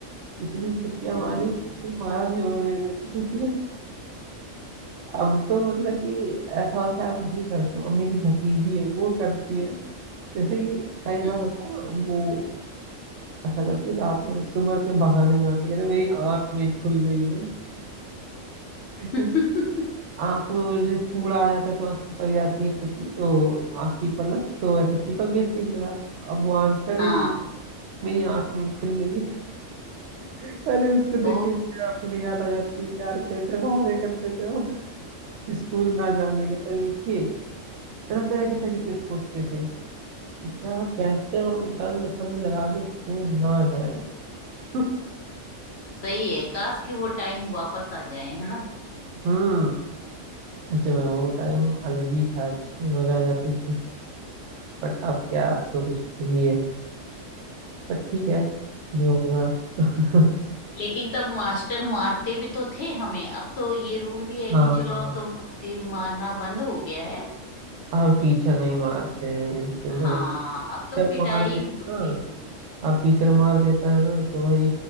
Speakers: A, on the right; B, on the left.
A: इतनी छुट्टियां मारी
B: हम्म
A: कोई मारा नहीं होगा मेरे जैसी छुट्टियां अब तो मतलब कि ऐसा और क्या अब नहीं करता हूँ अब मेरी भतीजी है वो करती है जैसे कि कई बार
B: हम्म।
A: होता है ना वो ऐसा करती है रात में सुबह के बहाने बनाती है कहते मेरी आंख नहीं खुल रही है जैसे
B: <laughs>
A: आंख में वो जो कूड़ा आ जाता है तो आंख चिपक जाती है पुतली ओ आंख की पलक तो ऐसे चिपक गई उसकी दीवार अब वो आंख कर लेती
B: हाँ
A: मेरी आंख नहीं खुल रही है <laughs> अरे उसको
B: वो
A: देख के मुझे अपनी याद आ जाती है कि यार कैसे बहाने करते थे हम स्कूल ना जाने के तरीके तरह तरह के तरीके खोजते थे कि क्या कैसे हम दंड फंद लगा के स्कूल ना जाए <laughs>
B: सही है काश कि वो टाइम वापस आ जाए है ना
A: हम्म सच में वो टाइम अलग ही था जिसमें मजा आ जाती थी बट अब क्या अब तो कुछ अलग ही है बट ठीक है जो होगा <laughs>
B: लेकिन तब मास्टर मारते भी तो थे हमें अब तो ये रूल भी है
A: हाँ
B: कि चलो अब तो मारते मारना बंद हो गया है
A: अब टीचर नहीं मारते हैं बिल्कुल
B: हाँ
A: नहीं टीचर
B: अब तो पिटाई
A: मार देता
B: होती नहीं
A: अब टीचर मार देता है ना तो भाई